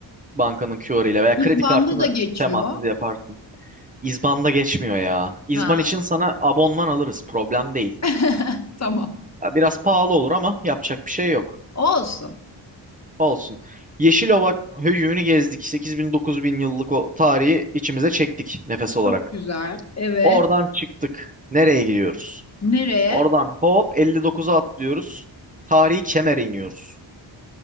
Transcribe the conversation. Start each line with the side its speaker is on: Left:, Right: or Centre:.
Right: Bankanın QR ile veya
Left: İzban'da
Right: kredi kartını
Left: da geçiyor.
Right: temassız yaparsın. İzban'da geçmiyor ya. İzban
Left: Ha.
Right: için sana abonman alırız. Problem değil.
Left: <laughs> Tamam.
Right: Ya, biraz pahalı olur ama yapacak bir şey yok.
Left: Olsun.
Right: Olsun. Yeşilova höyüğünü gezdik. 8000 bin yıllık o tarihi içimize çektik nefes olarak.
Left: Çok güzel. Evet.
Right: Oradan çıktık. Nereye gidiyoruz?
Left: Nereye?
Right: Oradan hop 59'a atlıyoruz. Tarihi Kemer'e iniyoruz.